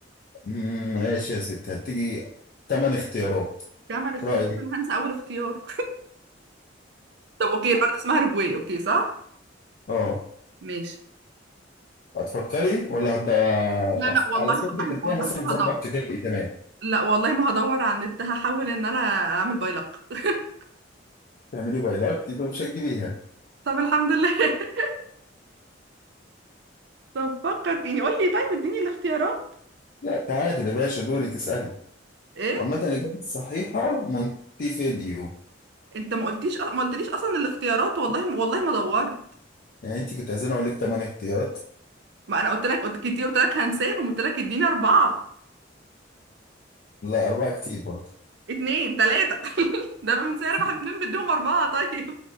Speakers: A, on the left (about 50°); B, on the right (about 65°).
A: مم، ماشي يا ست هتيجي تمن اختيارات
B: جمع الاختيارات
A: رايك
B: انا هنسى اول اختيار <laughs> طب اوكي البلد اسمها رجوي اوكي صح
A: اه
B: ماشي
A: هتفكري ولا
B: لا لا
A: هت...
B: والله
A: على سبيل
B: والله
A: التخيل
B: والله
A: مثلا
B: ما
A: في
B: هدور
A: رابعه ابتدائي تمام
B: لا والله ما هدور على النت هحاول ان انا اعمل بايلق <laughs>
A: تعملي بايلات يبقى مش هتجيبيها
B: طب الحمد لله <laughs> طب فكر يعني قول لي طيب اديني الاختيارات
A: لا تعادل يا باشا دورك اسالي
B: ايه
A: عامة الإجابة الصحيحة مونتيفيديو
B: انت ما قلتيش أ- ما قلتليش اصلا الاختيارات والله ما والله ما دورت
A: يعني أنت كنت عايزين أقول لك تمانية اختيارات
B: ما انا قلت لك قلت كتير قلت لك هنساهم قلت لك اديني اربعة
A: لا أربعة كتير برضه
B: اتنين تلاتة <laughs> ده من
A: <laughs>
B: سعر اربح منين بديهم اربعة طيب